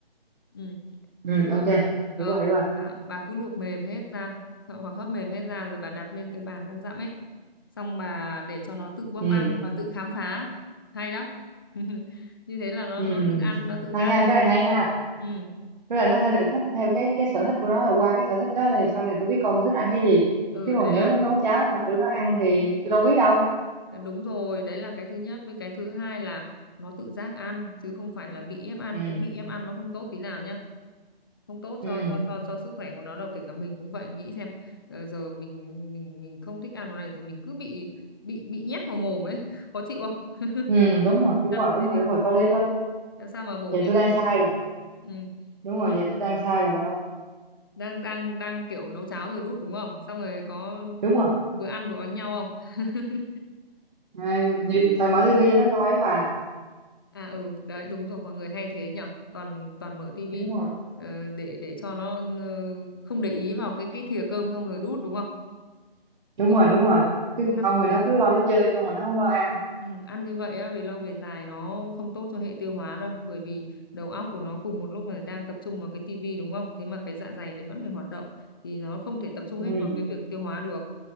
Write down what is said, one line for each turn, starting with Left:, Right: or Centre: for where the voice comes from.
Left: ừ.
Right: ừ.
Left: thì
Right: ok
Left: ờ,
Right: hiểu rồi hiểu rồi
Left: bà, bà cứ luộc mềm hết ra hoặc hấp mềm hết ra rồi bà đặt lên cái bàn ăn dặm ấy xong bà để cho nó tự bốc
Right: ừ
Left: ăn và tự khám phá hay lắm <laughs> như thế là nó
Right: ừ
Left: nó tự ăn nó tự
Right: hay
Left: giác
Right: ha cái này hay ha
Left: ừ
Right: với lại nó sẽ được thích theo cái cái sở thích của nó rồi qua cái sở thích đó thì sau này tôi biết con tôi thích ăn cái gì
Left: ừ
Right: chứ
Left: đấy
Right: còn nếu
Left: là
Right: nấu cháo mà đưa nó ăn thì tôi đâu biết đâu
Left: đúng rồi đấy là cái thứ nhất với cái thứ hai là nó tự giác ăn chứ không phải là bị ép ăn
Right: ừ
Left: cái bị ép ăn nó không tốt tí nào nhá không tốt
Right: ừ
Left: cho cho cho cho sức khỏe của nó đâu kể cả mình cũng vậy nghĩ xem ờ, giờ mình mình mình không thích ăn món này rồi mình cứ bị bị bị nhét vào mồm ấy <laughs> khó chịu không
Right: ừ đúng rồi đúng
Left: ăn
Right: rồi đúng
Left: thế
Right: rồi
Left: thì
Right: đúng rồi có lý có lý
Left: làm sao mà bổ
Right: thì
Left: béo
Right: tôi đang sai
Left: được.
Right: rồi
Left: ừ.
Right: đúng
Left: Đó.
Right: rồi về tôi đang sai rồi bà ơi
Left: đang đang đang kiểu nấu cháo rồi đút đúng không xong rồi có
Right: đúng rồi
Left: vừa ăn vừa đánh nhau không <laughs>
Right: à, dự- phải mở tivi cho nó coi ấy bà
Left: À ừ, đấy đúng rồi, mọi người hay thế nhở, toàn toàn mở tivi
Right: đúng rồi
Left: ờ, để để cho nó ờ, không để ý vào cái cái thìa cơm xong rồi đút đúng không?
Right: đúng
Left: Đấy,
Right: rồi đúng rồi chứ còn
Left: ăn,
Right: không thì nó cứ lo nó chơi không mà nó không lo ăn
Left: ừ, ăn như vậy á, về lâu về dài nó không tốt cho hệ tiêu hóa đâu, bởi vì đầu óc của nó cùng một lúc là đang tập trung vào cái tivi đúng không? Thế mà cái dạ dày lại vẫn phải hoạt động thì nó không thể tập trung
Right: ừ.
Left: hết vào cái việc tiêu hóa được.